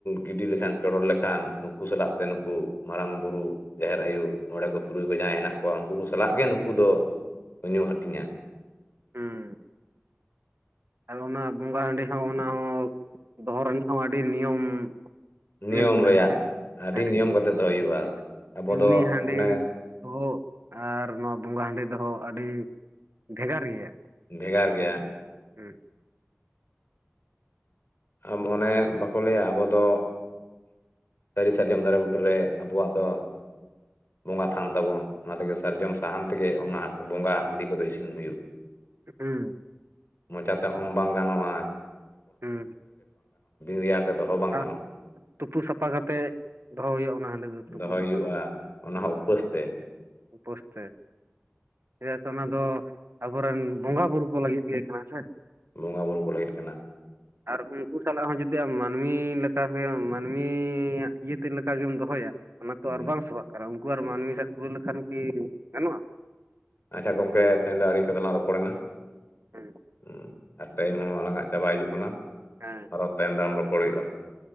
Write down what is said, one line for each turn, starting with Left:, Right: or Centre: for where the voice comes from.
Left: ᱜᱤᱰᱤ ᱞᱮᱠᱷᱟᱱ ᱪᱚᱰᱚᱨ ᱞᱮᱠᱷᱟᱱ ᱱᱩᱠᱩ ᱥᱟᱞᱟᱜ ᱛᱮ ᱱᱩᱠᱩ ᱢᱟᱨᱟᱝ ᱵᱩᱨᱩ ᱡᱟᱦᱮᱨ ᱟᱭᱩ ᱢᱚᱬᱮ ᱠᱚ ᱛᱩᱨᱩᱭ ᱠᱚ ᱡᱟᱦᱟᱸᱭ ᱦᱮᱱᱟᱜ ᱠᱚᱣᱟ ᱩᱱᱠᱩ ᱠᱚ ᱥᱟᱞᱟᱜ ᱜᱮ ᱱᱩᱠᱩ ᱫᱚ ᱧᱩ ᱦᱟᱹᱴᱤᱧᱟ
Right: ᱦᱩᱸ ᱟᱨ ᱚᱱᱟ ᱵᱚᱸᱜᱟ ᱦᱟᱰᱤ ᱦᱚᱸ ᱚᱱᱟ ᱦᱚᱸ ᱫᱚᱦᱚ ᱨᱮᱱᱟᱜ ᱦᱚᱸ ᱟᱹᱰᱤ ᱱᱤᱭᱚᱢ
Left: ᱱᱤᱭᱚᱢ
Right: <unintelligible>
Left: ᱨᱮᱭᱟᱜ ᱟᱹᱰᱤ ᱱᱤᱭᱚᱢ ᱠᱟᱛᱮᱫ ᱫᱚᱦᱚᱭ ᱦᱩᱭᱩᱜᱼᱟ ᱟᱵᱚ
Right: ᱮᱢᱱᱤ
Left: ᱫᱚ
Right: ᱦᱟᱸᱰᱤ
Left: ᱚᱱᱮ
Right: ᱫᱚᱦᱚ ᱟᱨ ᱱᱚᱣᱟ ᱵᱚᱸᱜᱟ ᱦᱟᱺᱰᱤ ᱫᱚᱦᱚ ᱟᱹᱰᱤ ᱵᱷᱮᱜᱟᱨ ᱜᱮᱭᱟ
Left: ᱵᱷᱮᱜᱟᱨ ᱜᱮᱭᱟ
Right: ᱦᱮᱸ
Left: ᱟᱢ ᱚᱱᱮ ᱵᱟᱠᱚ ᱞᱟᱹᱭᱟ ᱟᱵᱚ ᱫᱚ ᱥᱟᱹᱨᱤ ᱥᱟᱨᱡᱚᱢ ᱫᱟᱨᱮ ᱵᱩᱴᱟᱹ ᱨᱮ ᱟᱵᱚᱣᱟᱜ ᱫᱚ ᱵᱚᱸᱜᱟ ᱛᱷᱟᱱ ᱛᱟᱵᱚᱱ ᱚᱱᱟ ᱛᱮᱜᱮ ᱥᱟᱨᱡᱚᱢ ᱥᱟᱦᱟᱱ ᱛᱮᱜᱮ ᱚᱱᱟ ᱵᱚᱸᱜᱟ ᱦᱟᱺᱰᱤ ᱠᱚᱫᱚ ᱤᱥᱤᱱ ᱦᱩᱭᱩᱜ
Right: ᱦᱩᱸ
Left: ᱢᱚᱪᱟᱛᱮ ᱚᱢ ᱵᱟᱝ ᱜᱟᱱᱚᱜ-ᱟ
Right: ᱦᱩᱸ
Left: ᱨᱮᱭᱟᱲ ᱛᱮ ᱫᱚᱦᱚ ᱵᱟᱝ
Right: ᱟᱨ
Left: ᱜᱟᱱᱚᱜᱼᱟ
Right: ᱛᱩᱯᱩ ᱥᱟᱯᱷᱟ ᱠᱟᱛᱮ ᱫᱚᱦᱚ ᱦᱩᱭᱩᱜ-ᱟ ᱚᱱᱟ ᱦᱟᱺᱰᱤ ᱫᱚ ᱛᱩᱯᱩ
Left: ᱫᱚᱦᱚᱭ
Right: ᱥᱟᱯᱷᱟ
Left: ᱦᱩᱭᱩᱜᱼᱟ
Right: ᱠᱟᱛᱮᱫ
Left: ᱚᱱᱟ
Right: ᱦᱮᱸ
Left: ᱦᱚᱸ ᱩᱯᱟᱹᱥ ᱛᱮ
Right: ᱩᱯᱟᱹᱥ ᱛᱮ <unintelligible> ᱚᱱᱟ ᱫᱚ ᱟᱵᱚᱨᱮᱱ ᱵᱚᱸᱜᱟ ᱵᱳᱩᱨᱩᱳ ᱠᱚ ᱞᱟᱹᱜᱤᱫ ᱜᱮ <inaudible> ᱥᱮ
Left: ᱵᱚᱸᱜᱟ ᱵᱩᱨᱩ ᱠᱚ ᱞᱟᱹᱜᱤᱫ ᱠᱟᱱᱟ
Right: ᱟᱨ ᱩᱱᱠᱩ ᱥᱟᱞᱟᱜ ᱦᱚᱸ ᱡᱩᱫᱤ ᱟᱢ ᱢᱟᱹᱱᱢᱤ ᱞᱮᱠᱟᱜ ᱢᱟᱹᱱᱢᱤᱭᱟᱜ ᱤᱭᱟᱹᱛᱮ ᱞᱮᱠᱟᱜᱮᱢ ᱫᱚᱦᱚᱭᱟ ᱚᱱᱟ
Left: ᱦᱩᱸ
Right: ᱛᱚ ᱟᱨ ᱵᱟᱝ ᱥᱚᱵᱷᱟᱜ ᱠᱟᱱᱟ ᱩᱱᱠᱩ ᱟᱨ
Left: ᱦᱩᱸ
Right: ᱢᱟᱹᱱᱢᱤ ᱥᱮᱫ ᱛᱩᱞᱟᱹᱣ ᱞᱮᱠᱷᱟᱱ ᱠᱤ ᱜᱟᱱᱚᱜᱼᱟ
Left: ᱟᱪᱷᱟ ᱜᱚᱢᱠᱮ ᱛᱮᱦᱮᱧ ᱟᱹᱰᱤ ᱠᱟᱛᱮᱫ ᱞᱟᱝ ᱨᱚᱯᱚᱲᱮᱱᱟ
Right: ᱦᱮᱸ
Left: ᱦᱩᱸ ᱟᱨ ᱴᱟᱭᱤᱢ ᱦᱚᱸ ᱟᱞᱟᱝᱼᱜ ᱪᱟᱵᱟᱟᱭ ᱦᱤᱡᱩᱜ ᱠᱟᱱᱟ
Right: ᱦᱮᱸ
Left: ᱟᱨᱚ ᱛᱟᱭᱚᱢ ᱫᱟᱨᱟᱢ ᱨᱚᱯᱚᱲ ᱦᱩᱭᱩᱜᱼᱟ